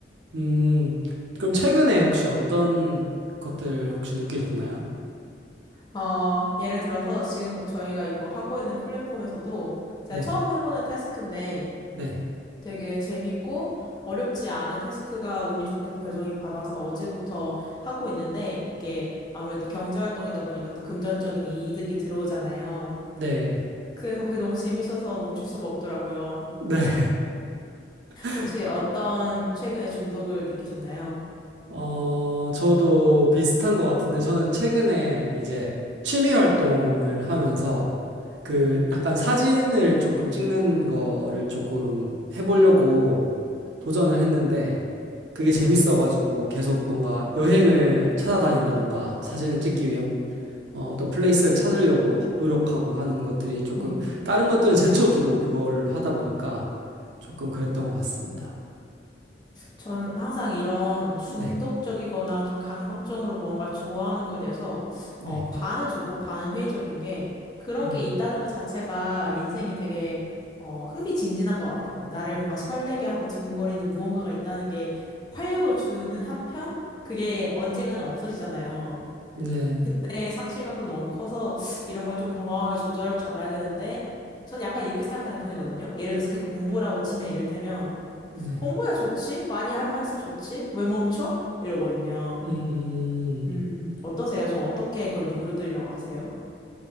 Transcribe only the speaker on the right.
음, 그럼 최근에 혹시 어떤 것들 혹시 느끼셨나요?
네.
네.
네.
네. <laughs>
어, 저도 비슷한 것 같은데, 저는 최근에 이제 취미 활동을 하면서 그 약간 사진을 조금 찍는 거를 조금 해보려고 도전을 했는데, 그게 재밌어가지고 계속 뭔가 여행을 찾아다닌다던가 사진을 찍기 위한 어, 어떤 플레이스를 찾으려고 노력하고 하는 것들이 조금
다른 것들은 제쳐두고 그걸 하다 보니까 조금 그랬던 것 같습니다.
네,
네.
음.
네.
네.
음,